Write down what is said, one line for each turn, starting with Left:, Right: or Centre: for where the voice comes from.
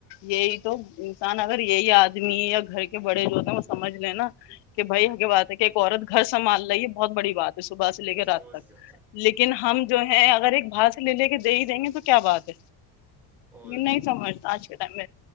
Left: یہی تو انسان اگر یہی آدمی یا گھر کے بڑے جو ہوتے ہیں وہ سمجھ لے نا کہ بھائی کی بات ہے کہ ایک عورت گھر سنبھال رہی ہے بہت بڑی بات ہے صبح سے لے کے رات
Centre: اور
Left: تک
Centre: کیا
Left: لیکن ہم جو ہے اگر ایک بھاس لے لے کے دے ہی دیں گے تو کیا بات ہے
Centre: اور
Left: ننئیس
Centre: کیا
Left: مارتا آج کے ٹائم